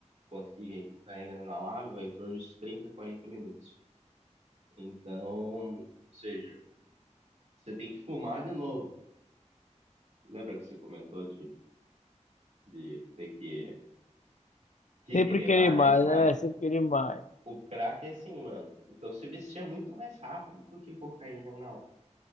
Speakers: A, on the right (about 65°); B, on the left (about 80°).
A: quanto que a cocaína inalável é em torno de 30, 40 minutos. Então, ou seja, você tem que fumar de novo. Lembra que você comentou de, de ter que, que
B: Sempre
A: querer
B: querer
A: mais,
B: mais,
A: mais?
B: né? Sempre querer mais.
A: O crack é assim, mano. Então você vestia muito mais rápido do que cocaína inalável.